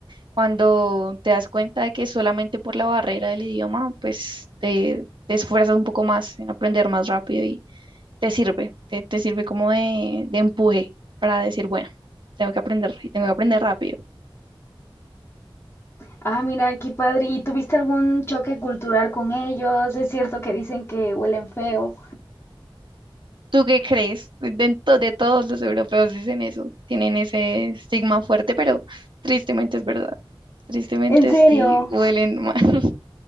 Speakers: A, on the right; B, on the left.
A: cuando te das cuenta de que solamente por la barrera del idioma, pues te, te esfuerzas un poco más en aprender más rápido y te sirve, te, te sirve como de, de empuje para decir, bueno, tengo que aprender y tengo que aprender rápido.
B: Ah, mira, qué padre. ¿Y tuviste algún choque cultural con ellos? Es cierto que dicen que huelen feo.
A: ¿Tú qué crees? De, to- de todos los europeos dicen eso, tienen ese estigma fuerte, pero tristemente es verdad. Tristemente
B: En serio,
A: sí huelen mal. <laughs>